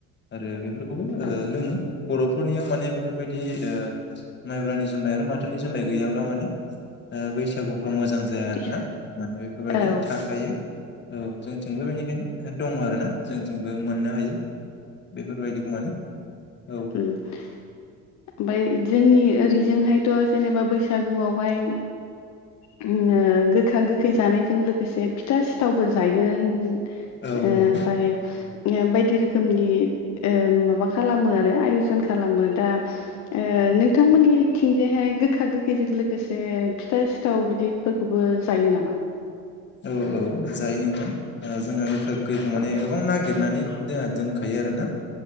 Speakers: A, on the left; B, on the left.
A: आरो
B: औ
A: लोङो बर'फोरनियाव माने बेफोरबायदि ओ माइब्रानि जौ जुमाय आरो माथानि जुमाइ गैयाब्ला माने ओ बैसागु आव मोजां जाया
B: फैसा
A: आरोना माने बेफोरबायदिया
B: औ
A: थाखायो। औ जोंथिंबो बेनिखायनो दङ' आरो ना। जोंथिंबो मोननो हायो बेफोरबायदिखौ माने औ
B: ओमफ्राय जोंनि ओरैजोंहाय थ' जेनेबा बैसागुआवहाय अम ओ गोखा गोखै जानायजों लोगोसे फिथा सिथावबो जायो उम ओ
A: औ
B: ओमफ्राय
A: औ
B: बायदि रोखोम रोखोमनि ओ माबा खालामो आरो आयजन खालामो दा ओ नोंथांमोननि थिंजायहाय गोखा गोखैजों लोगोसे फिथा सिथ सिथाव बिदिफोरखौबो जायो नामा?
A: औ औ जायो नोंथां ओ जोंहा गोखा गोखैखौ माने
B: औ
A: गोबां नागिरनानै दि दोनखायो आरो ना।